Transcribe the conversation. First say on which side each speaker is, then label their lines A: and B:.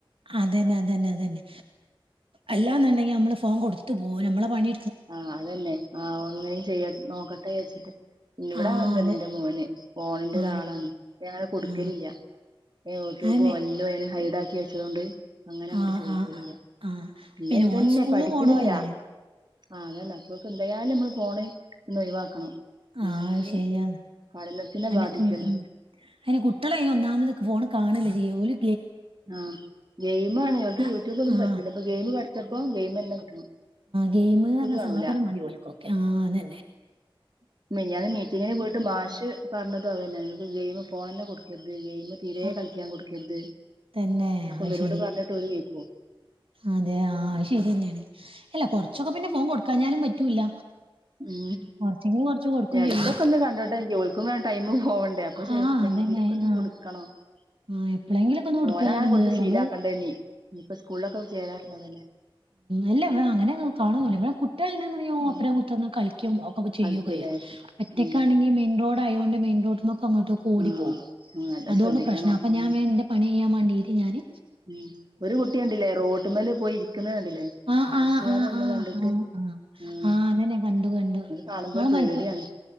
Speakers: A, on the right; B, on the right.
A: അത തന്നെ അത തന്നെ അത തന്നെ അല്ലാന്നുണ്ടെങ്കി നമ്മള് ഫോം കൊടുത്തു പോ നമ്മളെ പണി
B: ആഹ അതന്നെ ആ ഒന്നും ചെയ്യ നോക്കട്ടെ വച്ചിട്ട് പിന്നവിടെ
A: ആ
B: അങ്ങനെ തന്നെ
A: അതെ
B: എൻറെ മോന് ഫഓണിന്റെ
A: ആ
B: ഒരാളാണ് അങ്ങനെ കൊടുക്കലില്ല
A: ആ
B: യൂട്യൂബും
A: അതന്നെ
B: വല്ലോ അെ ഹൈഡ് ആാക്കി വെച്ചതൊണ്ട് അങ്ങനെ അങ്ങോട്
A: ആഹ്
B: ചോദിക്കലില്ല
A: ആഹ് ആഹ്
B: ഇല്ല
A: പിന്നെ
B: ഇതന്നെ
A: ഓൻ സ്കൂളിൽ
B: പഠിക്കലില്ല
A: പോണോല്ലേ
B: ആ അതക്ക് എന്തായാലും നമ്മള് ഫോണ് ഒന്ന് ഒഴിവാക്കണം ഇല്ലാഞ്ഞാല്
A: ആഹ അത് ശരിയയാന്ന്
B: പഠനത്തിനെ
A: അനെ
B: ബാധിക്കുവല്ലോ
A: ഉം ഉം അയിന് കുട്ടികളെ അയിന് ഒന്നാമത് പോണ് കാണില്ല ജോലി
B: ആഹ ഗെയിം ആണ് ഞൾക്ക്
A: ആഹ്
B: യൂട്യൂബ് ഒന്നും
A: ആഹ്
B: പറ്റൂല ഇപ്പൊ ഗെയിം പഠിച്ചപ്പോ ഗെയിം തന്നെ കിട്ടണം <unintelligible>
A: ഗെയിമ പറഞ്ഞ
B: കാണൂല
A: സാധനം മതിോിക്കക്കെ ആ അന്നെ
B: മ ഞൻ മീറ്റിങ്ങിന് പോയിട്ട് മാശ് പറഞ്ഞത് അത് തെയാണ് നിക്ക് ഗെയിം ഫോൺ തന്നെ കൊടുക്കത് ഗെയിമ തീരെ
A: ആഹ്
B: കളിക്കാൻ കൊടുക്കരുത്
A: തന്നെ
B: അപ്പൊ
A: അത്
B: ഇവരോട്
A: ശരി
B: പറഞ്ഞിട്ട് ര് കേക്കോ
A: അതെ ആത് ശരി തന്നെയാണ് അല്ല കൊറച്ചൊക്കെ പിന്നെ ഫോൺ കൊടുക്കാഞ്ഞാലും പറ്റൂല്ല
B: ഉ
A: കൊറച്ചെങ്കിലും കൊറച്ച് കൊടുക്കും
B: ഇടക്കൊക്കെ
A: ചെയ്യും
B: ഒന്ന് കണ്ടോട്ടെ ജോലിക്കുമ്പ ഒന്നന്ന് പോവണ്ടേ അപ്പൊ ചെപ്പ്ളെങ്കയിലൊക്കെ
A: ആഹ് അതന്നെ
B: ഒന്ന്
A: ആഹ്
B: കൊടുക്കണോ
A: ആഹ് എപ്പളെങ്കിലൊക്കെ ഒന്ന് കൊടുക്കലാണ്
B: മോന അങ്ങനെ കൊടുത്ത്
A: ഇത്
B: ശീല
A: നമ്മള്
B: ആാക്കണ്ട ഇനി ഇനിയിപ്പ സ്കൂളിലൊക്കെ ചേരാനുള്ളതല്ലേ
A: ആ്ല്ല അങ്ങനെ കാണ ഇടെ കുട്ടികളോ
B: ഉം
A: അപ്പരം കുത്തനെ കിക്ക ഒക്കെ ചെയ്യുകയോറ്റക്കാണെങ്കിൽ
B: കളിക്കൂലേ ഉം
A: മെൻറോഡ ആയതോണ്ട് മെയിൻ റോഡ അങ്ങോട്ടൊക്കെ ഓടി
B: ഉം ആഹ്
A: പോകും
B: നല്ല
A: അതുകൊണ്ട്
B: ശ്രദ്ധിക്കണം
A: പ്രശ്നം അപ്പ ഞൻ
B: ഉം
A: എന്റെ പണി ചെയ്യാൻ വേണ്ടീയി് ഞാാന്
B: ഉം ഒരു കുട്ടിയ ഉണ്ടില്ലേ റോട്ട്മേൽ പോയി ഇരിക്കുന്നണ്ടില്ലേ
A: ആ
B: ബസ്സുകാര
A: ആ ആ
B: ഒന്ന്
A: ആ
B: കണ്ടിട്ട്
A: ആ ആ
B: ആ
A: അതന്നെ കണ്ടു കണ്ടു
B: അത് കാണുമ്പോ
A: നിങ്ങള്
B: പേടിയാണ്
A: മലപ്പു